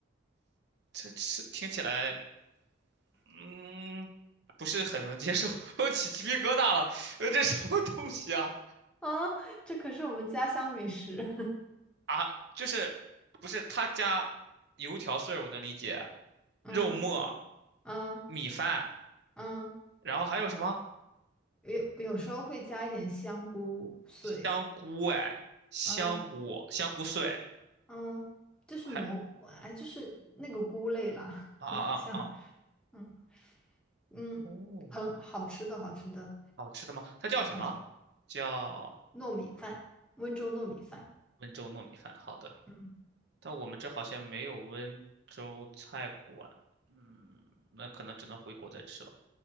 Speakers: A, on the right; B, in the centre.
A: 这吃听起来，嗯，不是很能接受，<laughs> 我起鸡皮疙瘩了，呃，这什么东西啊？
B: 啊，这可是我们家乡美食，
A: 啊，就是不是他家油条碎儿我能理解，
B: <laughs> 嗯
A: 肉末、
B: 嗯
A: 米饭，
B: 嗯。
A: 然后还有什么
B: 有有时候会加一点香菇碎，
A: 香菇？哎，香菇，
B: 嗯
A: 香菇碎，
B: 嗯，就是蘑，
A: 还
B: 哎，就是那个菇类啦，
A: 啊啊啊！
B: <laughs> 像，
A: 啊
B: 嗯嗯，
A: 哦，
B: 很好吃的，好吃的，
A: 好吃的吗？它叫什么？
B: 嗯，
A: 叫
B: 糯米饭，温州糯米饭，
A: 温州糯米饭。好的，
B: 嗯
A: 但我们这好像没有温州菜馆。嗯，那可能只能回国再吃了